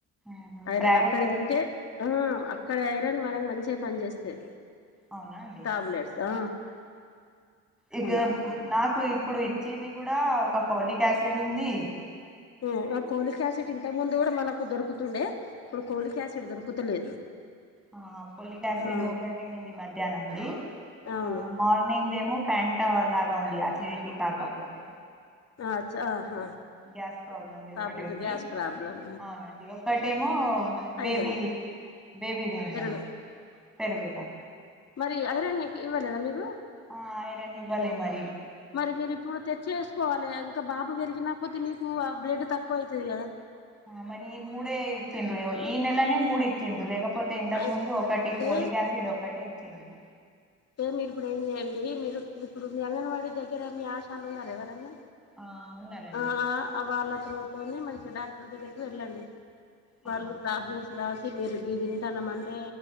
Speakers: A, in the centre; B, on the left.
A: ఆహా!
B: ఆయనను
A: ప్రైవేట్
B: అక్కడే తింటే. హామ్ అక్కడైరన్ మనకు మంచిగా పన్ జేస్తాయి,
A: అవునా అండి
B: టాబ్లెట్స్ ఆ.
A: ఇక
B: అలాగే
A: మ్, మ్ నాకు ఇప్పుడు ఇచ్చేది కూడా తప్ ఫౌలిక్ యసిడున్ది.
B: మ్ ఆ కోలిక్ ఆసిటీంత ముందు కూడా మనకు దొరుకుతుండే ఇప్పుడు కోలిక్యాసిడ్ దొరుకుతలేదు
A: ఆ పొలిక్యసిడు
B: ఆ
A: ఒకటి ఉంది మధ్యాహ్నంది
B: అవును
A: ఆ మార్నింగ్ దేమో. ఫ్యాన్ట లాగా ఉంది అసిడిటీ కాక్కపోతే
B: అచ్చ ఆహా
A: గ్యాస్ ప్రాబ్లమ్ది
B: టాబ్లెట్
A: ఒకటున్ది
B: గ్యాస్ ప్రాబ్లం
A: అవునం <unintelligible> ఒకటేమో. బేబీ
B: ఐరన్
A: బేబీది ఉన్దండి
B: పెరుగు
A: పెరుగుత
B: మరి ఐరన్న్కి ఇవ్వాలేదా మీకు
A: ఆ ఐరానివ్వాలే మరి
B: మరి మీరిప్పుడు తెచ్చేస్కోవాలే ఇంకా, బాబు పెరిగిన కొద్ది నీకు ఆ బ్లేడ్డు తక్కువైతది కదా?
A: ఆ మరి ఈ మూడే ఇచ్చిండ్రు యవై ఈ నెలనే మూడిచిన్డ్రు లేకపో తే ఇంతక
B: అయితే
A: ముందు ఒకటి పోలిక్యసిడ్ ఒక్కటే ఇచ్చిన్డ్రు
B: టె మీరిప్పుడు ఏం జేయండి, మీరు ఇప్పుడు మీ అంగన్వాడీ దెగ్గర మీ ఆశాలున్నారా ఎవరన్నా?
A: ఆ ఉన్నారండి
B: ఆ, ఆ, అవాళ్ళ త్రోతోనె మంచి డాక్టర్ దెగ్గర్కి వెళ్ళండి.
A: ఆ
B: వాళ్లు టాబ్లెట్స్ రాసి మీరు గి తింటన్నమ్ అంటే